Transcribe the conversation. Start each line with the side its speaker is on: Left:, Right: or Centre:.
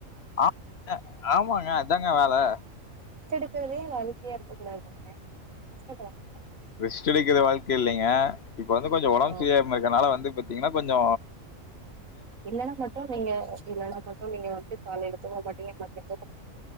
Left: ஆ ஆமாங்க அதாங்க வேலை
Right: க்றதே ஒரு வாழ்க்கையா இருக்கக்கூடாதுங்க கஷ்டப்படும்
Left: ரெஸ்ட் எடுக்கிறது வாழ்க்கை இல்லிங்க இப்ப வந்து கொஞ்ச உடம்பு
Right: ஆ
Left: சரி இல்லாம இருக்கனால வந்து பாத்தீங்கன்னா கொஞ்சே
Right: இல்லன்னா மட்டும் நீங்க இல்லன்னா மட்டும் நீங்க வந்துட்டு காலையில தூங்கமாட்டீங்க நீங்க